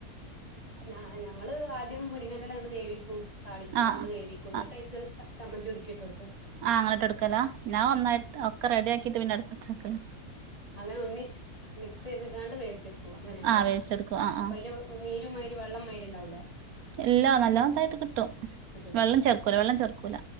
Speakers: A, on the left (about 25°); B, on the right (about 75°).
A: ഞ ഞങ്ങള് ആദ്യം മുരിങ്ങന്റലാണ്ട് വേവിക്കും താളിച്ങ്ങാണ്ട്
B: ആഹ്
A: വേവിക്കും ക്കും ഇന്നിട്ടയ്ക്ക്
B: ആഹ്
A: ചമ്മന്തി ഒതുക്കിട്ടോടുക്കും
B: ആഹ് അങ്ങന ഇട്ട് എടുക്കലാ ഞാൻ ഒന്നായിട്ട് ഒക്കെ റെഡി ആക്കിട്ട് പിന്നെ അടുപ്പത്ത് വെക്കല
A: അങ്ങനെ ഒന്നിച്ച് മിക്സ് ചെയ്താണ്ട് വേവിച്ചെടുക്കു അങ്ങനെയണല്ലേ
B: ആഹ് വേവിച്ചെടുക്കും ആഹ്
A: അപ്പ
B: ആഹ്
A: അയ്ല് നീരുമാരി വള്ളമാരിണ്ടാവൂലേ
B: ഇല്ലാ നല്ലാമത്തായിട്ട് കിട്ടും
A: കിട്ടൂലേ
B: വെള്ളം ചേർക്കൂല വെള്ളം ചേർക്കൂല